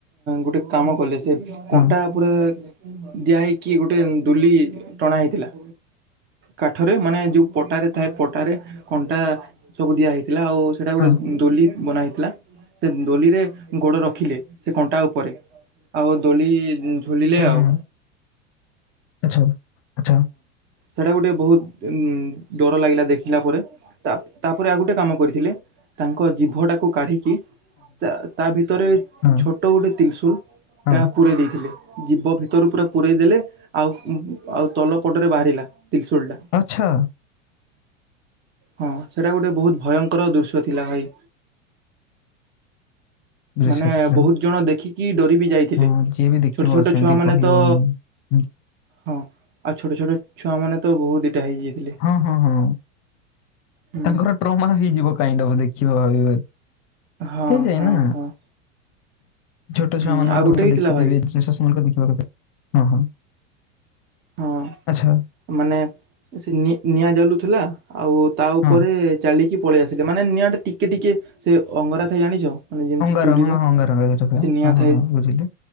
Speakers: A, on the right (about 30°); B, on the left (about 40°).
A: ଗୋଟେ କାମ କଲେ ସେ
B: ହଁ
A: କଣ୍ଟା ପୁରା ଦିଆ ହେଇକି ଗୋଟେ ଦୁଲି ଟଣା ହେଇଥିଲା। କାଠରେ ମାନେ ଯୋଉ ପଟାରେ ଥାଏ ପଟାରେ କଣ୍ଟା ସବୁ ଦିଆ ହେଇଥିଲା ଆଉ ସେଇଟା ଗୋଟେ
B: ହଁ
A: ଦୋଲି ବନା ହେଇଥିଲା। ସେ ଦୋଲିରେ ଗୋଡ଼ ରଖିଲେ ସେ କଣ୍ଟା ଉପରେ ଆଉ ଦୋଳି ଝୁଲିଲେ
B: ହୁଁ
A: ଆଉ
B: ହୁଁ ଆଛା ଆଛା।
A: ସେଟା ଗୋଟେ ବହୁତ ଉ ଡର ଲାଗିଲା ଦେଖିଲା ପରେ। ତା ତାପରେ ଆଉ ଗୋଟେ କାମ କରିଥିଲେ ତାଙ୍କ ଜିଭଟାକୁ କାଢ଼ି କି ତା ତା ଭିତରେ
B: ହଁ,
A: ଛୋଟ ଗୋଟେ ତ୍ରିସୁଲ
B: ହଁ,
A: ଟା ପୂରୋଇ ଦେଇଥିଲେ। ଜୀବ ଭିତରୁ ପୁରା ପୁରଇ ଦେଲେ ଆଉ ଆଉ ତଳ ପଟରେ ବାହାରିଲା ତ୍ରିଶୂଳ ଟା।
B: ଛଅ
A: ହଁ ସେଇଟା ଗୋଟେ ବହୁତ ଭୟଙ୍କର ଦୃଶ୍ୟ ଥିଲା ଭାଇ।
B: ଦୃଶ୍ୟ
A: ମାନେ
B: ଥିଲା।
A: ବହୁତ ଜଣ ଦେଖିକି ଡରି ବିି ଯାଇ ଥିଲେ
B: ହଁ, ଯିଏ ବି ଦେଖିବ
A: ଛୋଟ ଛୋଟ
B: ସେମିତି
A: ଛୁଆ ମାନେ
B: କହିବ
A: ତ
B: ହିଁ। ହୁଁ,
A: ହଁ ଆଉ ଛୋଟ ଛୋଟ ଛୁଆମାନେ ତ ବହୁତ ଦିଇଟା ହେଇଯାଇଥିଲେ।
B: ହଁ, ହଁ, ହଁ।
A: ହୁଁ
B: ତାଙ୍କର ଟ୍ରମା ହେଇଯିବ କାଇଁ ତମେ ଦେଖିବ ଭାବିବେ
A: ହଁ
B: ହେଇଯାଏନା।
A: ହଁ ହଁ।
B: ଛୋଟ
A: ହୁଁ
B: ଛୁଆ ମାନଙ୍କର
A: ଆଉ ଗୋଟେ
B: କଥା
A: ହେଇଥିଲା
B: ଦେଖିଦେବେ
A: ଭାଇ
B: ଶଶୁ ମଙ୍କ ଦେଖିବା କଥା ହଁ ହଁ
A: ହଁ
B: ଆଚ୍ଛା।
A: ମାନେ ସେ ନି ନିଆ ଜଲୁଥିଲା ଆଉ ତା ଉପରେ
B: ହଁ।
A: ଚାଲିକି ପଳେଇ ଆସିକେ ମାନେ ନିଆଁ ଟେ ଟିକେ ଟିକେ ସେ ଅଙ୍ଗରା ଥାଏ ଜାଣିଛ? ମାନେ ଯେମିତି
B: ଅଙ୍ଗାର
A: ଚୁଲିର
B: ହ ହଁ ଅଙ୍ଗାରଟା ହଁ
A: ସେ ନିଆଁ ଥାଏ
B: ହଁ ହଁ ବୁଝିଲି